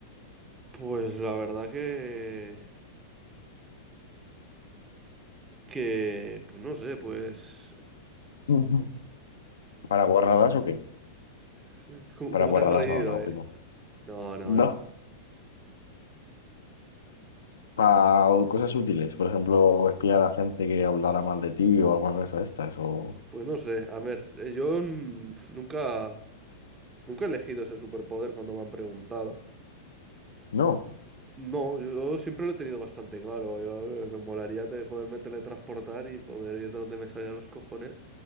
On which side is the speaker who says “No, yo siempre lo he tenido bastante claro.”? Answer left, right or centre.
Right